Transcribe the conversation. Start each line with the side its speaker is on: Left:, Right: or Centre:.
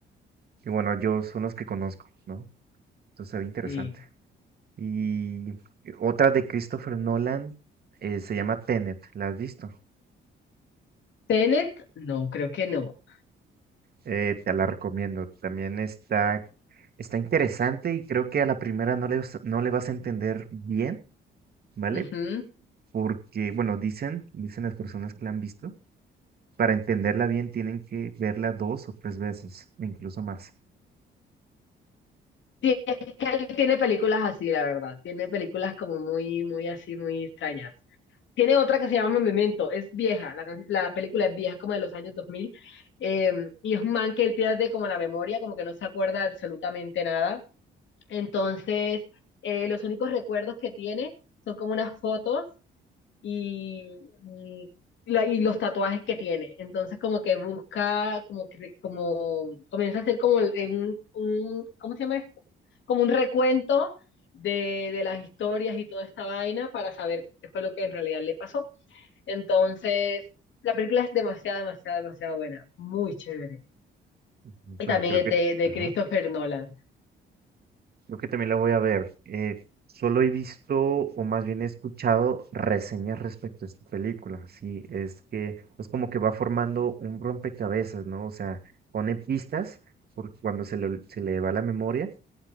Right: Y bueno, yo son los que conozco, ¿no? Entonces se ve interesante.
Left: Sí.
Right: Y eh, otra de Christopher Nolan eh, se llama Tenet, ¿la has visto?
Left: Tenet, no, creo que no.
Right: Eh, te la recomiendo. También está, está interesante y creo que a la primera no le, vas- no le vas a entender bien, ¿vale?
Left: Ujú.
Right: Porque, bueno, dicen, dicen las personas que la han visto, para entenderla bien tienen que verla dos o tres veces, incluso más.
Left: Sí, es que él tiene películas así, la verdad. Tiene películas como muy, muy así, muy extrañas. Tiene otra que se llama Memento, es vieja, la, can- la película es vieja, es como de los años 2000, eh, y es un man que él pierde como la memoria, como que no se acuerda absolutamente nada, Entonces, eh, los únicos recuerdos que tiene son como unas fotos y, y, la- y los tatuajes que tiene. Entonces, como que busca, como, que- como comienza a hacer como el- un, un- ¿cómo se llama esto? Como un recuento de, de las historias y toda esta vaina para saber qué fue lo que en realidad le pasó. Entonces, la película es demasiado, demasiado, demasiado buena, muy chévere.
Right: <laughs>
Left: Y
Right: Pues
Left: también
Right: creo que,
Left: es de, de
Right: ajá.
Left: Christopher Nolan.
Right: Creo que también la voy a ver. Eh, solo he visto, o más bien he escuchado, reseñas respecto a esta película. Sí, es que es como que va formando un rompecabezas, ¿no? O sea, pone pistas, porque cuando se le, se le va la memoria,